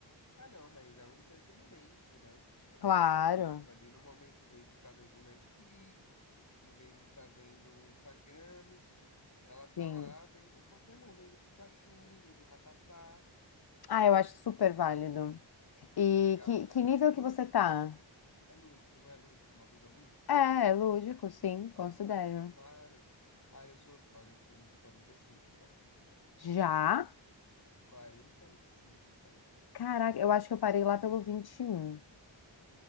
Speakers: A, on the left (about 40°); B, on the left (about 55°).
A: Ah, não, mas é um entretenimento, né? É um
B: Claro,
A: entretenimento. Ali no momento, em vez de estar vendo um Netflix, em vez de estar vendo um Instagrams, ela tá
B: sim.
A: lá vendo Pokémon, vendo Pikachu, vendo Ratatá.
B: Ah, eu acho super válido. E
A: Legal,
B: que,
A: né?
B: que nível
A: É lúdico.
B: que você tá?
A: É lúdico, não é lúdico? Uma coisa lúdica?
B: É, lúdico, sim, considero.
A: Claro. Ah, eu sou. Olha, eu sou nível 45, tá?
B: Já?
A: 45, tá?
B: Caraca, eu acho que eu parei lá pelo 21.